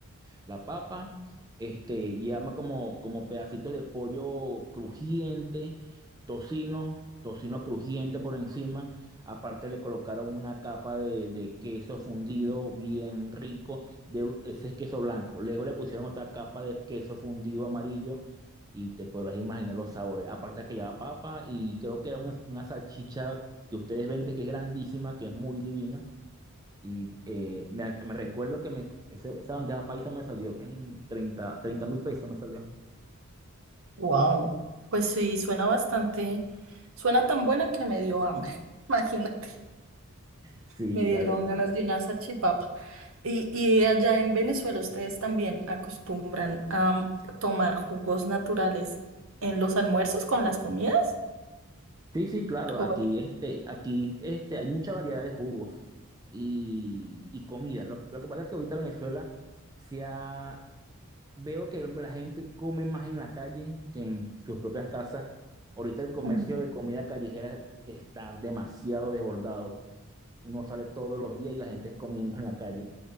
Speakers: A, on the right; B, on the right.
A: la papa, este, llama como, como pedacito de pollo crujiente, tocino, tocino crujiente por encima. Aparte le colocaron una capa de, de queso fundido bien rico, de ese es queso blanco. Luego le pusieron otra capa de queso fundido amarillo y te podrás imaginar los sabores. Aparte que lleva papa y creo que era una, una salchicha que ustedes venden que es grandísima, que es muy divina. Y eh, me me recuerdo que me, ese- esa bandeja paisa me salió en 30 30 mil pesos me salió.
B: Wow. Pues sí, suena bastante, suena tan buena que me dio hambre. <laughs> Imagínate,
A: Sí,
B: me dieron
A: la verdad.
B: ganas de una salchipapa. Y, y allá en Venezuela ustedes también acostumbran a tomar jugos naturales en los almuerzos con las comidas.
A: Sí, sí, claro,
B: ¿O-
A: aquí, este, aquí este, hay mucha variedad de jugos y, y comida. Lo, lo que pasa es que ahorita Venezuela se ha- veo que la gente come más en la calle que en sus propias casas. Ahorita el comercio
B: Mm.
A: de comida callejera está demasiado desbordado. no sale todos los días y la gente es comiendo en la calle.